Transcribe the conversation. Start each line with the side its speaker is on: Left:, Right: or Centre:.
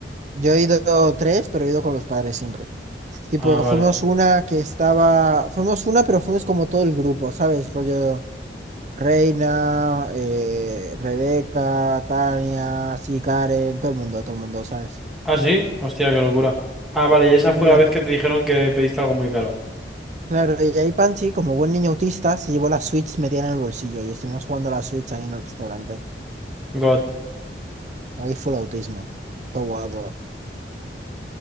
Right: Yo he ido tres, pero he ido con los padres siempre. Tipo,
Centre: Ah, vale.
Right: fuimos una que estaba, fuimos una, pero fuimos como todo el grupo, ¿sabes? Rollo Reina, eh, Rebeca, Tania, sí, Karen, todo el mundo, todo el mundo, ¿sabes?
Centre: Ah, sí. Hostia, qué locura. Ah, vale, y esa fue
Right: Sí,
Centre: la vez que te dijeron que pediste algo muy caro.
Right: claro, y ahí Panchi, como buen niño autista, se llevó la Switch metida en el bolsillo y estuvimos jugando a la Switch ahí en el restaurante.
Centre: God.
Right: Ahí fue el autismo. Todo guapo.